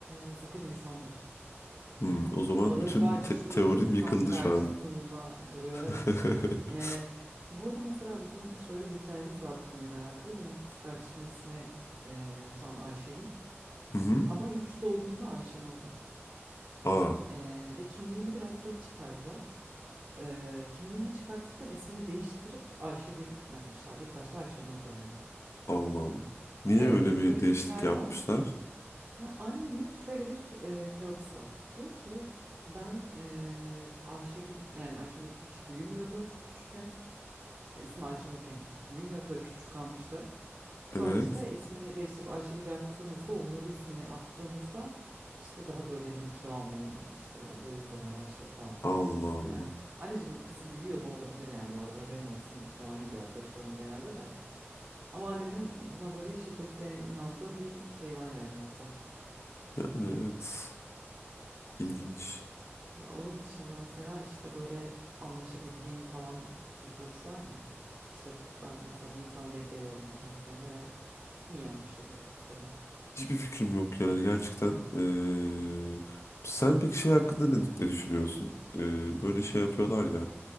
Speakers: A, on the right; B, on the left.
A: e, zıpır insanıdır.
B: Hmm, o zaman
A: Ağırbaşlılığın
B: bütün te- teorim
A: tam
B: yıkıldı
A: karşısında
B: şu an.
A: duruyor,
B: <laughs>
A: evet. E, burada mesela bizim şöyle bir hikayemiz var bu konuyla alakalı. Benim kız kardeşimin ismi e, şu an Ayşegül.
B: Hı hı.
A: Ama ilk doğduğunda Ayşenur'du.
B: Aa,
A: E, ve kimliğini biraz geç çıkardılar. E, kimliğini çıkartırken ismini değiştirip Ayşegül yapmışlardı. İlk başta Ayşenur'du yani.
B: Allah Allah. Niye
A: Evet
B: öyle
A: evet
B: bir
A: böyle
B: değişiklik
A: bir hikaye
B: yapmışlar?
A: var. Ve annemin şöyle bir e, teorisi var. Diyor ki ben e, Ayşegül yani Ayşegül hiç büyümüyordu küçükken. Ha, İsmi Ayşenurken hiç büyümüyordu böyle küçük kalmıştı. Sonra
B: Evet.
A: işte ismini değiştirip Ayşegül yaptığımızda Onur ismini attığımızda işte daha böyle hani kilo almaya işte o boyu uzamaya başladı falan.
B: Allah
A: Hani
B: Allah.
A: an- anneciğim kız büyüyor da olabilir yani bu arada haberin olsun falan gibi yaklaşıyorum genelde de. Ama annemin buna böyle şiddetle inandığı bir şey var yani nokta.
B: Yani evet. İlginç.
A: Ya onun dışında mesela işte böyle anlaşabildiğin falan bir burç var mı? İşte ben mesela bu insana denk geliyorum her seferinde ve iyi anlaşıyoruz dediğin.
B: Hiçbir fikrim yok yani gerçekten. Ee, sen peki şey hakkında ne, ne düşünüyorsun? Ee, böyle şey yapıyorlar ya.